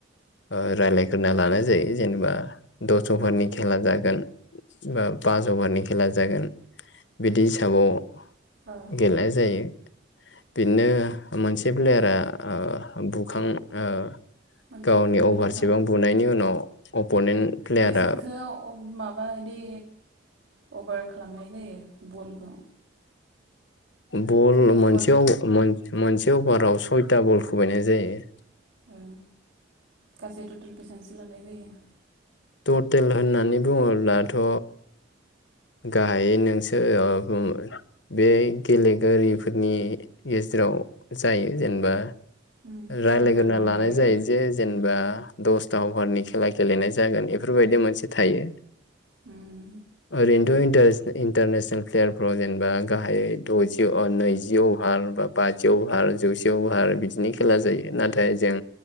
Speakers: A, on the left; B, on the right.
A: ओ रायलायग्रोना लानाय जायो जेनेबा दस अभारनि
B: औ
A: खेला जागोन। बा पास अभारनि खेला जागोन। बिदि हिसाबाव
B: औ
A: गेलेनाय जायो। बिनो मोनसे प्लेयारा ओ बुखां ओ
B: मोनसे
A: गावनि
B: बुखांनायनि
A: अभारसेबां
B: उनाव
A: बुनायनि उनाव अपनेेन्ट प्लेयारा
B: बेसेबांसो माबा बिदि अभार खालामनाय जायो बलखौ
A: बल
B: माने
A: मोनसेयाव
B: बल
A: मोन मोनसे से अभाराव सयथा बल खुबैनाय जायो
B: औ गासै टटेल बेसांसो लाबोनाय जायो
A: हटेल होननानै बुङोब्लाथ' गाहायै नोंसो <unintelligible> बे गेलेगिरिफोरनि गेजेराव जायो जेनेबा
B: उम
A: रायलायगोरना
B: सावरायलायना लायो
A: लानाय
B: आरो
A: जायो जे जेनबा। दसथा अभारनि खेला गेलेनाय जागोन एफोरबायदि मोनसे थायो।
B: उम
A: ओरैनोथ' इन्टारस इन्टारनेसनेल प्लेयारफ्राव जेनेबा गाहायै द'जौ नैजौ अभार बा बाजौ अभार जौसे अभार बिदिनि खेला जायो नाथाय जों